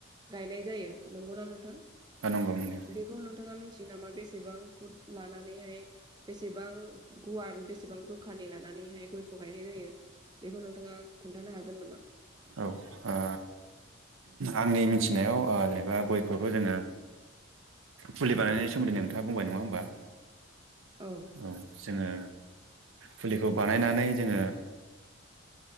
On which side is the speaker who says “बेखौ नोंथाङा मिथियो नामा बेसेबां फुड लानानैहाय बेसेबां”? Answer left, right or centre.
Right